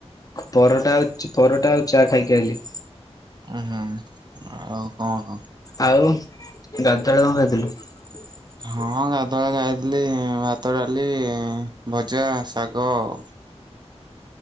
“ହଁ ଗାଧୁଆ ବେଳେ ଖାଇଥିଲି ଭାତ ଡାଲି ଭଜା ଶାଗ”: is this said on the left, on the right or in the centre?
Right